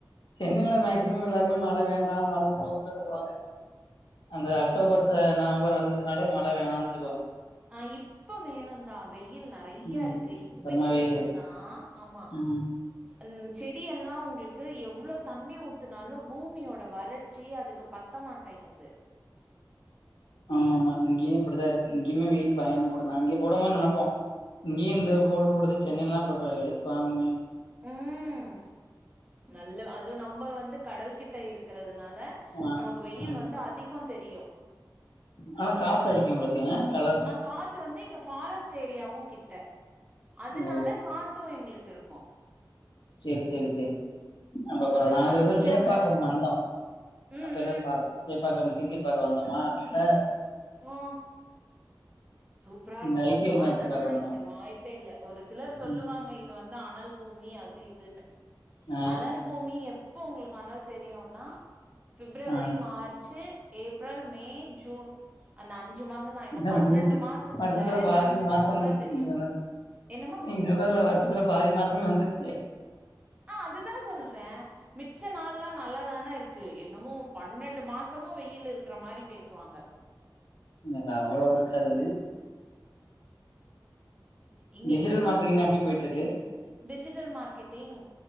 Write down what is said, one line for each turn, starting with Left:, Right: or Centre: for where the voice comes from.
Left: சென்னைல மேக்சிமம் எல்லாருமே மழ வேண்டா மழ போதுன்தா சொல்லுவாங்க அந்த அக்டோபர்ஸ் நவம்பர் வந்துருச்சனாலே மழ வேணான்தா சொல்லுவாங்க
Right: ஆ இப்ப வேணுந்தா வெய்யில் நெ றையா
Left: ம்
Right: இருக்கு இப்பைக்கு
Left: செம்ம வெயிலு
Right: வேணுந்தா ஆமா
Left: ம்
Right: ம் செடி எல்லா ஒங்களுக்கு எவ்ளோ தண்ணி ஊத்துனாலு பூமியோட வறட்சி அதுக்கு பத்தமாட்டைங்கிது
Left: ஆமா ஆமா இங்யு இப்டிதா இருக்கு இங்கேயுமே வெயில் பயன்படுந்தா அங்க போடும் போது நெனப்போ இங்யு இந்த போடு போடுது சொன்னேலா அப்ப வெளுத்து வாங்குனேனு
Right: ம் நல்ல அது நம்ம வந்து கடல் கிட்ட இருக்கிறதுனால
Left: ஆ
Right: நமக்கு வெயில்
Left: ஆ
Right: வந்து அதிகோ தெரியு
Left: ஆனா காத்தடிக்கு ஒங்ளுக்கு என்னா கலர்
Right: அ காத்து வந்து இங்க ஃபாரஸ்ட் ஏரியாவு கிட்ட அதுனால
Left: ஓ
Right: காத்து எங்ளுக்கு இருக்கு
Left: செரி செரி செரி அது அப்றோ
Right: அந்த
Left: நா
Right: தண்ணியோட
Left: அது இது சேப்பாக்கம் வந்தோ
Right: ம்
Left: அப்ப எல்லாரு
Right: ம்
Left: பாத்தோ சேப்பாக்கம் கிரிக்கெட் பாக்க வந்தமா அப்பெல
Right: நா சூப்ரா இருக்குமா
Left: இந்த ஐ பி
Right: காத்தெல்லா
Left: எல் மேட்ச் பாக்க வந்தோ
Right: இங்க வாய்ப்பே ஒரு சிலர் சொல்லுவாங்க
Left: ம்
Right: இது வந்து அனல் பூமி அது இதுனு
Left: ஆ
Right: அனல் பூமி எப்ப ஒங்களுக்கு அனல் தெரியுனா February
Left: ஆ
Right: March April May June அந்த அஞ்சு மாசம் தா இந்த
Left: இது
Right: பன்னெண்டு
Left: வந்துருச்சி
Right: மாசத்துல
Left: வர்ஷத்துல
Right: இந்த
Left: பாதி
Right: அஞ்சு
Left: மாச
Right: மாசம்
Left: வந்துருச்சினு
Right: தா தெரியு
Left: சொல்லு
Right: என்னமா
Left: நீ சொல்றல வர்ஷத்துல பாதி மாசம் வந்துருச்சி
Right: நா அதுதா சொல்றே மிச்ச நாள்லா நல்லா தானே இருக்கு என்னமோபன்னெண்டு மாசமு வெயில் இருக்கிற மாரி பேசுவாங்க
Left: இல்ல அவ்ளவு இருக்காது
Right: இங்க
Left: டிஜிட்டல்
Right: எங்களுக்கு
Left: மார்க்கெட்டிங் எப்டி
Right: சுத்தி
Left: போயிட்டு இருக்கு
Right: டிஜிட்டல் மார்கெட்டிங்